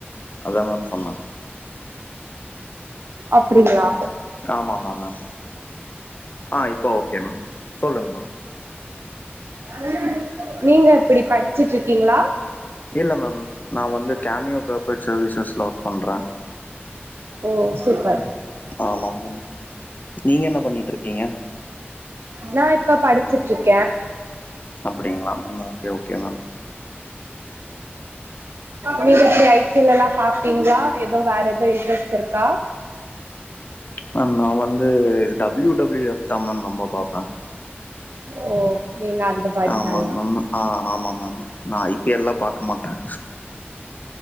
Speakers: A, on the left; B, on the right.
A: அதா மேம் சொன்னே
B: அப்டிங்ளா
A: ஆமாமா மேம் ஆ இப்போ ஓகே மேம் சொல்லுங்க மேம்
B: ஆநீங்க எப்டி படிச்சிட்டு இருக்கீங்ளா
A: இல்ல மேம் நா வந்து டாமியோ பேப்பர் சர்வீஸஸல்ல ஓர்க் பண்றன்
B: ஓ சூப்பர்
A: ஆமா மேம் நீங்க என்ன பண்ணிட்டு இருக்கீங்க
B: நா இப்ப படிச்சிட்டு இருக்கேன்
A: அப்டிங்ளா மேம் ஓகே ஓகே மேம்
B: நீங்க எப்டி ஐ பி எல் எல்லா பாப்பீங்ளா எதோ வேற எதோ இன்ட்ரெஸ்ட் இருக்கா
A: மேம் நா வந்து டபிள்யூ டபிள்யூ எப்தா மேம் ரொம்ப பா ப்ப
B: ஓ நீங்க அந்த மாரி
A: ஆமாங்
B: ஃபேனா
A: மேம் ஆ ஆமாம் மேம் நா ஐ பி எல் எல்லா பாக்க மாட்ட